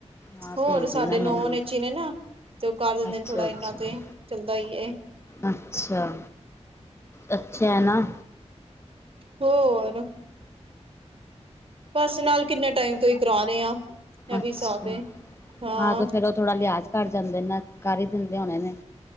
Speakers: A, on the left (about 20°); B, on the right (about 55°).
A: ਹਾਂ
B: ਹੋਰ
A: ਭੇਜ ਦੇਣਾ
B: ਸਾਡੇ
A: ਮੈਨੂੰ
B: ਨੌਨ ਇੱਚ ਈ ਨੇ ਨਾ ਤੇ ਓਹ ਕਰ ਦਿੰਦੇ
A: ਅੱਛਾ
B: ਨੇ ਥੋੜਾ, ਇੰਨਾ
A: ਅੱਛਾ
B: ਤੇ ਚੱਲਦਾ ਈ ਏ
A: ਅੱਛਾ, ਅੱਛਾ ਹੈ ਨਾ।
B: ਹੋਰ ਬਸ, ਨਾਲ ਕਿੰਨੇ ਟਾਈਮ ਤੋਂ ਈ ਕਰਾ ਰਏ ਆਂ। ਏਹ ਵੀ
A: ਅੱਛਾ
B: ਹਿਸਾਬ ਏ, ਹਾਂ।
A: ਤੇ ਫੇਰ ਉਹ ਥੋੜਾ ਲਿਆਜ ਘਰ ਜਾਂਦੇ ਨੇ ਨਾ, ਕਰ ਹੀ ਦਿੰਦੇ ਹੋਣੇ ਨੇ